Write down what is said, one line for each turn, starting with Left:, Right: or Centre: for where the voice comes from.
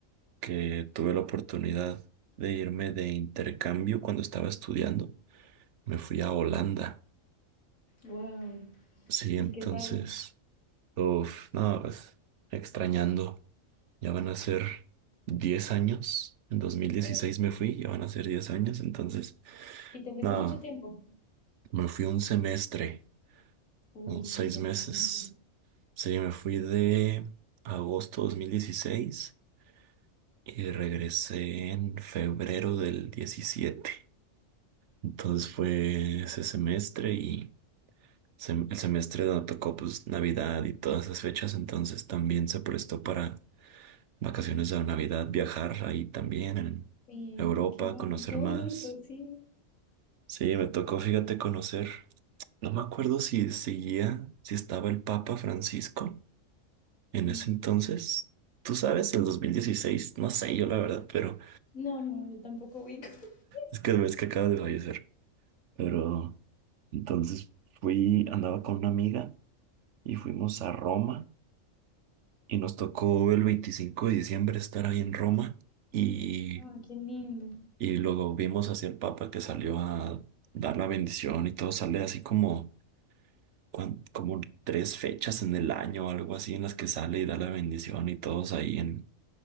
Right: que tuve la oportunidad de irme de intercambio cuando estaba estudiando. me fui a Holanda.
Left: Wow.
Right: Sí,
Left: ¿Y
Right: entonces,
Left: qué tal?
Right: uff, no, pues extrañando. Ya van a ser 10 años. En dos mil dieciséis
Left: Oh,
Right: me fui, ya van a ser 10 años. Entonces,
Left: ¿Y te fuiste
Right: no,
Left: mucho tiempo?
Right: me fui un semestre,
Left: Uy,
Right: o
Left: sí,
Right: seis
Left: es bastante.
Right: meses. Sí, me fui de agosto 2016 y regresé en febrero del diecisiete Entonces fue ese semestre y sem- el semestre donde tocó pues Navidad y todas esas fechas, entonces también se prestó para vacaciones de Navidad, viajar ahí también en
Left: Sí,
Right: Europa,
Left: qué, bon-
Right: conocer
Left: qué bonito,
Right: más.
Left: sí.
Right: Sí, me tocó, fíjate, conocer. No me acuerdo si seguía, si estaba el Papa Francisco en
Left: Mm.
Right: ese entonces. Tú sabes, el 2016, no sé yo la verdad, pero
Left: No, no, yo tampoco ubico. <laughs>
Right: es que ves que acaba de fallecer. Pero entonces fui, andaba con una amiga y fuimos a Roma y nos tocó el 25 de diciembre estar ahí en Roma y,
Left: Ah, qué lindo.
Right: y luego vimos hacia el Papa que salió a dar la bendición y todo sale así como, cuan- como tres fechas en el año o algo así en las que sale y da la bendición y todos ahí en,